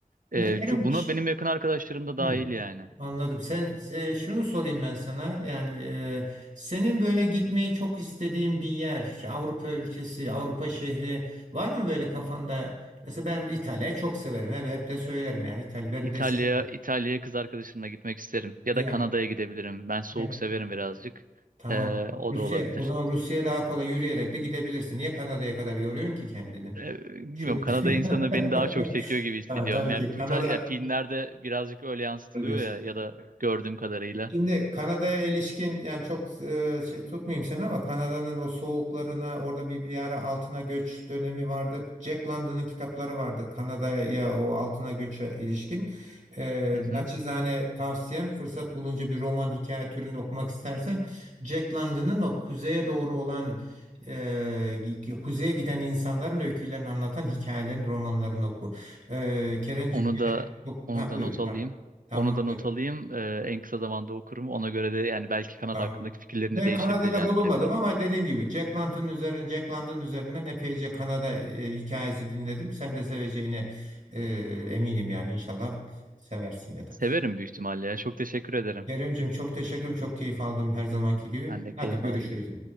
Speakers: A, on the right; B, on the right.
A: Ee,
B: Kerem
A: şu- buna
B: bir şey...
A: benim yakın arkadaşlarım da dahil
B: Hı,
A: yani.
B: anladım. Sen, se- şunu sorayım ben sana. Yani e, senin böyle gitmeyi çok istediğin bir yer, Avrupa ülkesi, Avrupa şehri var mı böyle kafanda? Mesela ben İtalya'yı çok severim. Hep, hep de söylerim yani İtalya. Ben
A: İtalya'ya
B: de se-
A: İtalya'ya kız arkadaşımla gitmek isterim. Ya
B: yani,
A: da Kanada'ya gidebilirim. Ben soğuk
B: yani
A: severim birazcık.
B: Tamam.
A: Ee, o
B: Rusya,
A: da olabilir.
B: o zaman Rusya'ya daha kolay yürüyerek de gidebilirsin. Niye Kanada'ya kadar yoruyorsun ki kendini?
A: Ee, bilmiyorum
B: Şurada.
A: Kanada
B: <laughs>
A: insanı beni daha çok çekiyor gibi hissediyorum.
B: Ha, tabii
A: Yani
B: ki
A: bu
B: Kanada
A: tar- ya filmlerde birazcık öyle yansıtılıyor
B: diyorsun.
A: ya ya da gördüğüm kadarıyla.
B: Şimdi Kanada'ya ilişkin yani çok e, şey tutmayayım seni ama Kanada'nın o soğuklarına orada bir, bir ara altına göç dönemi vardı. Jack London'ın kitapları vardı Kanada'ya o altına göçe ilişkin. E,
A: Hı hı.
B: naçizane tavsiyem fırsat bulunca bir roman hikaye türünde okumak istersen Jack London'ın o kuzeye doğru olan e, kuzeye giden insanların öykülerini anlatan hikayelerini romanlarını oku. E, Kerencim
A: Onu
B: gene
A: da
B: çok
A: onu
B: ha,
A: da
B: buyur.
A: not alayım.
B: Ha, tamam.
A: Onu da not alayım. Ee, en kısa zamanda okurum. Ona göre de yani belki Kanada
B: Tamam.
A: hakkındaki fikirlerim
B: Ben
A: de değişebilir
B: Kanada'da
A: yani
B: bulunmadım
A: bilemiyorum.
B: ama dediğim gibi Jack London üzerine, Jack London üzerinden epeyce Kanada e, hikayesi dinledim. Sen de seveceğine e, eminim yani inşallah seversin ya da.
A: Severim büyük ihtimalle ya. Çok teşekkür ederim.
B: Keremcim çok teşekkürüm, çok keyif aldım her zamanki gibi.
A: Ben de
B: Hadi
A: keyif
B: görüşürüz.
A: aldım.